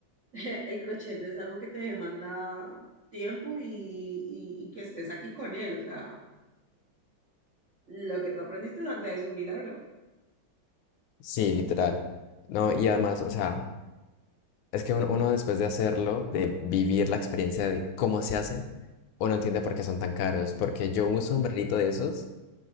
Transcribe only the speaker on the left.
Sí, literal. No, y además, o sea, es que uno, uno después de hacerlo, de vivir la experiencia de cómo se hacen, uno entiende por qué son tan caros. Porque yo un sombrerito de esos,